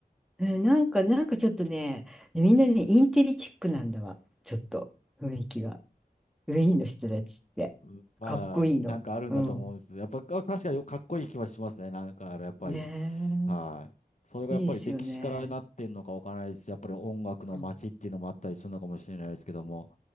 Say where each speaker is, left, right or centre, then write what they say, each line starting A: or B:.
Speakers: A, in the centre; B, on the left.
A: えなんか、なんかちょっとね、ねみんなね、インテリチックなんだわ。ちょっと、雰囲気が。ウィーンの人たちって。
B: うんまあ、
A: かっこいいの。
B: なんかあるんだと思うんですけど。
A: うん。
B: やっぱ、あ確かにかっこいい気はしますね。なんか、あのやっぱり。
A: ね
B: はい。それがやっぱり歴史からなってんのかわからないですし、
A: え。いいですよね。
B: やっぱり音楽の街っていうのもあったりするのかもしれないですけども、
A: うん。